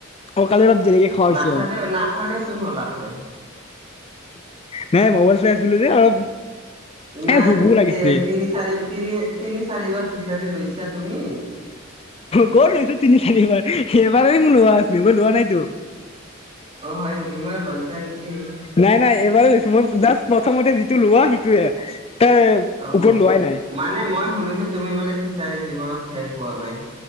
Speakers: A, on the left; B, on the right.
A: অ' কালি অলপ দেৰিকৈ খাৱা হৈছে
B: নাখালে
A: অ'।
B: নাখালে চোন হলাক হয়
A: নাই মোবাইল চাই আছিলোঁ যে অলপ।
B: না
A: এ ভোকো লাগিছে
B: তিনি চাৰিবাৰ তিনি-তিনি চাৰিবাৰ খিচাৰি লৈছা তুমি।
A: ক'ত লৈছোঁ তিনি চাৰিবাৰ, এবাৰেই লোৱা আছে মই লোৱা নাইতো।
B: অ হয় নেকি মই লৈছা নেকি
A: নাই নাই এইবাৰ লৈছো মই, জাষ্ট প্ৰথমতে যিটো লোৱা সেইটোয়ে। তাৰ
B: অ'
A: ওপৰত লোৱাই নাই
B: মানে মই শুনিছো তুমি বোলে খিচাৰি জীৱনত খাই পোৱা নাই।